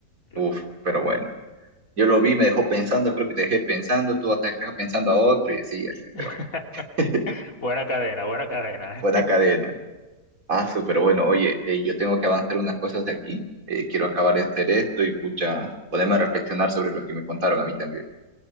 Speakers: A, on the left; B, on the right.
A: Escríbelo.
B: Uf, pero bueno. Yo lo vi, me dejó pensando, creo que te dejé pensando, tú vas a dejar pensando a otro y así, así,
A: <laughs>
B: pero <laughs>
A: Buena cadena, buena cadena.
B: buena cadena.
A: <laughs>
B: Ah, súper bueno. Oye, eh, yo tengo que avanzar unas cosas de aquí. eh, quiero acabar de hacer esto y pucha, ponerme a reflexionar sobre lo que me contaron a mí también.